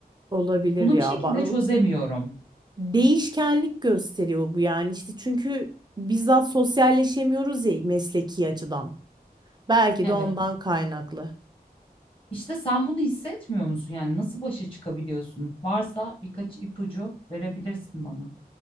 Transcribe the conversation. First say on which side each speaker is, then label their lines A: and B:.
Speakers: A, on the right (about 25°); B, on the left (about 35°).
A: Olabilir
B: Bunu
A: ya.
B: bir şekilde
A: Ba-
B: çözemiyorum.
A: Değişkenlik gösteriyor bu yani işte çünkü bizzat sosyalleşemiyoruz ya mesleki açıdan. Belki
B: Evet.
A: de ondan kaynaklı.
B: İşte sen bunu hissetmiyor musun? Yani nasıl başa çıkabiliyorsun? Varsa birkaç ipucu verebilirsin bana.